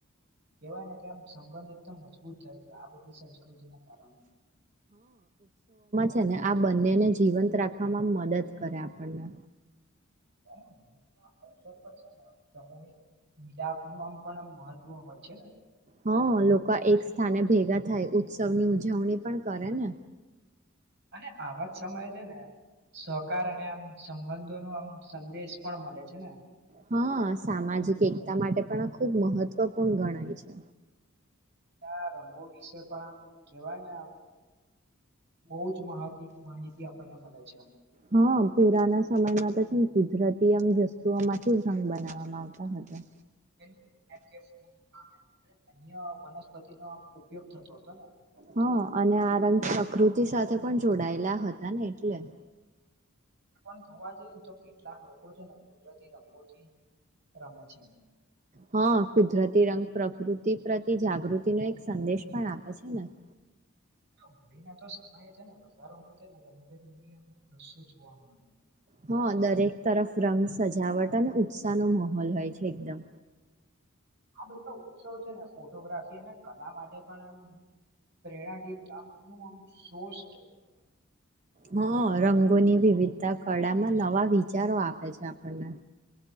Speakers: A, on the right; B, on the right.
A: કેવાય ને કે, આમ સંબંધિત એકમ મજબૂત થાય છે આ બધી સંસ્કૃતિના કારણે.
B: છેને આ બંનેને જીવંત રાખવામાં મદદ કરે આપડને.
A: <unintelligible> અવસર પણ છે ને સમૂહિક મિલાપનું આમ પણ આમ મહત્વ હોય છે ને?
B: હન, લોકો એક સ્થાને ભેગા થાય ઉત્સવની ઉજવણી પણ કરે ને.
A: અને આવા જ સમયે છે ને, સહકાર અને આમ સંબંધ તો એનો આમ સંદેશ પણ મલે છે ને.
B: હન, સામાજિક એકતા માટે પણ આ ખૂબ મહત્વપૂર્ણ ગણાય છે.
A: ના, રંગો વિશે પણ આમ કેવાય ને આમ. બઉ જ માહાકી માહિતી આપડને મલે છે એમ.
B: હન, પુરાના સમયમાં તો છેન કુદરતી એમ વસ્તુઓમાંથી જ રંગ બનાવવામાં આવતા હતા.
A: બિલકુલ, જેમ કે <unintelligible> અને અન્ય વનસ્પતિનો આમ ઉપયોગ થતો હતો ને. પેલા
B: હન,
A: તો
B: અને આ રંગ પ્રકૃતિ સાથે પણ જોડાયેલા હતા ને એટલે.
A: પણ જોવા જઈએ ને તો કેટલાક લોકો છે ને કુદરતી રંગોથી રમે છે.
B: હન, કુદરતી રંગ પ્રકૃતિ પ્રતિ જાગૃતિનો એક સંદેશ પણ આપે છે ને. <inaudible>
A: હોળીના તો સમયે છે ને, બજારોમાં છે ને રંગબેરંગી આમ દ્રશ્યો જોવા મળે.
B: હન, દરેક તરફ રંગ સજાવટ અને ઉત્સાહનો માહોલ હોય છે એકદમ.
A: આ બધા ઉત્સવ છે ને, ફોટોગ્રાફી અને કલા માટે પણ આમ પ્રેરણા ગીત આમ કેવું આમ સોષ્ટ
B: હન, રંગોની વિવિધતા કળામાં નવા વિચારો આપે છે આપણને.